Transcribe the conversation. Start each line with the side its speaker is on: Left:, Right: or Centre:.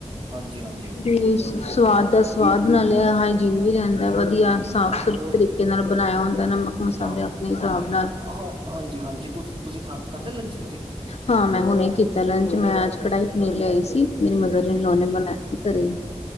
Right: ਹਾਂਜੀ-ਹਾਂਜੀ।
Left: ਵੀ ਸਵਾਦ ਦਾ ਸਵਾਦ, ਨਾਲੇ ਹਾਈਜੀਨ ਵੀ ਰਹਿੰਦਾ ਵਧੀਆ। ਸਾਫ਼-ਸੁਥਰੇ
Right: ਹਾਂ ਬਹੁਤ
Left: ਤਰੀਕੇ ਨਾਲ ਬਣਾਇਆ ਹੁੰਦਾ, ਨਮਕ, ਮਸਾਲੇ
Right: ਹਾਂ
Left: ਆਪਣੇ ਹਿਸਾਬ ਨਾਲ।
Right: ਹਾਂ ਹਾਂਜੀ ਹਾਂਜੀ ਤੁ ਤੁਸੀਂ ਖਾ ਕਰਦੇ ਓ ਲੰਚ ਤੁਸੀਂ।
Left: ਹਾਂ ਮੈਂ ਹੁਣੇ ਕੀਤਾ ਲੰਚ ਮੈਂ ਅੱਜ ਕੜਾਈ ਪਨੀਰ ਲਿਆਈ ਸੀ, ਮੇਰੀ ਮਦਰ ਇਨ ਲੋ ਨੇ ਬਣਾਇਆ ਸੀ ਘਰੇ ਹੀ